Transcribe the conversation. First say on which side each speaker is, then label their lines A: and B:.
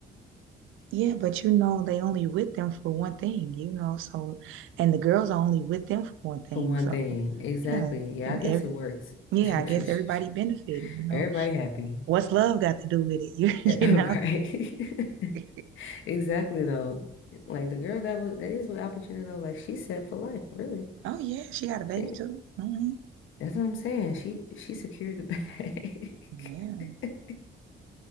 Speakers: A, on the right; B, on the left.
A: Yeah, but you know, they only with them for one thing, you know. So, and the girls are only with them for one thing.
B: for one
A: So,
B: thing. Exactly.
A: yeah,
B: Yeah,
A: and
B: I guess
A: every
B: it works.
A: yeah, I guess
B: <laughs>
A: everybody benefiting, you know.
B: Everybody happy.
A: What's
B: <laughs>
A: love got to do with it? <laughs> You
B: Right.
A: you know. <laughs>
B: <laughs> Exactly though. Like the girl that was that is with opportunity though, like she's set for life, really.
A: Oh yeah, she got a baby
B: She
A: too. hmm
B: that's what I'm saying. She she secured the bag.
A: Yeah,
B: <laughs>